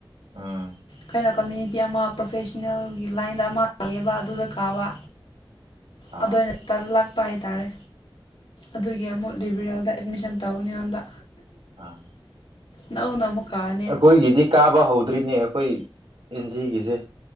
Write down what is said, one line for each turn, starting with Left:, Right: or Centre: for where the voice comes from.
Right: ꯎꯝ
Left: ꯀꯩꯅꯣ ꯀꯝꯃ꯭ꯌꯨꯅꯤꯇꯤ ꯑꯃ ꯄ꯭ꯔꯣꯐꯦꯁꯅꯦꯜꯒꯤ ꯂꯥꯏꯟꯗ ꯑꯃ ꯂꯩꯌꯦꯕ ꯑꯗꯨꯗ ꯀꯥꯕ
Right: ꯑꯥ
Left: ꯑꯗꯨꯏ ꯅꯇ ꯂꯥꯛꯄ ꯍꯥꯏꯇꯥꯔꯦ ꯑꯗꯨꯒꯤ ꯑꯃꯨꯛ ꯂꯤꯕꯤꯔꯦꯜꯗ ꯑꯦꯠꯃꯤꯁꯟ ꯇꯧꯅꯤꯉꯣꯟꯗ
Right: ꯑꯥ
Left: ꯅꯧ ꯑꯃꯨꯛ ꯀꯥꯔꯦ
Right: ꯑꯩꯈꯣꯏꯒꯤꯗꯤ ꯀꯥꯕ ꯍꯧꯗ꯭ꯔꯤꯅꯦ ꯑꯩꯈꯣꯏ ꯑꯦꯟꯖꯤꯒꯤꯁꯦ